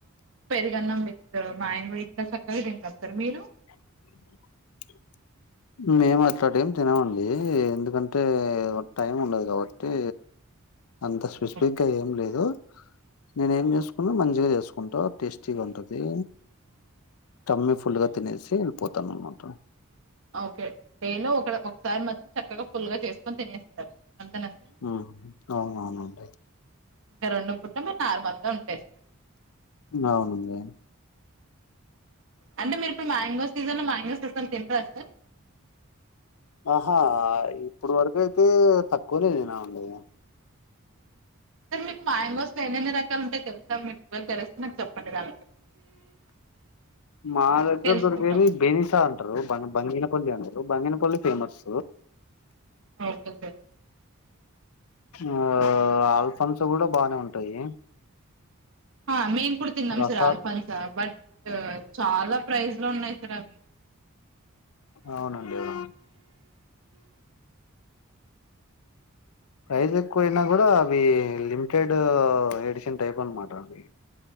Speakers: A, on the right; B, on the left.
A: పెరుగన్నం విత్ మ్యాంగో ఆయన ఎంత చక్కగ తింటారో మరి మీరు
B: <inaudible> మేము అట్లంటివి ఏం తినమండి ఎందుకంటే టైం ఉండదు కాబట్టి అంత స్పెసిఫిక్గా
A: ఓకే సార్
B: ఏం లేదు నేను ఏం చేసుకున్న మంచిగా చేసుకుంటా టేస్టీగా ఉంటది కమ్మి ఫుల్ గా
A: ఓకే
B: తినేసి
A: సార్
B: వెళ్ళిపోతాను అనమాట
A: ఓకే డైలో ఒక ఒకసారి మాత్రం చక్కగా ఫుల్ గా చేసుకొని తినేస్తారు అంతేనా సార్
B: మ్ అవునవునండి
A: ఇంకా రెండు పుట్టలు మీరు నార్మల్గా ఉంటయి
B: అవును ఉంది
A: అంటే మీరు ఇప్పుడు మ్యాంగో సీజన్లో మ్యాంగోస్ అసలు తినరా సార్
B: ఆహ ఇప్పుడు వరకు అయితే తక్కువనె తినా అండి
A: సార్ మీకు మ్యాగోస్ ఎన్నెన్ని రకాలు ఉంట యో తెలుసా మీకు తెలిస్తే నాకు చెప్పండి అా
B: మా దగ్గర
A: తెలుసుకుంటాం
B: దొరికేది బెనిసా అంటారు బ బంగిన పల్లి అండి బంగనపల్లి ఫేమస్
A: కోస్ కల్తె
B: ఆ అల్ఫమ్స్ కూడ బానే ఉంటాయి
A: ఆ మేమ్ కూడా తిన్నాం
B: రసార్
A: సార్ అల్పమ్స్ బట్ చాల ప్రైస్్ లో ఉన్నాయి సార్ అవి
B: అవునండి అవును ప్రైజ్ లు ఎక్కువయినా కూడ అవి లిమిటెడ్ ఎడిషన్ టైప్ అనమాట అండి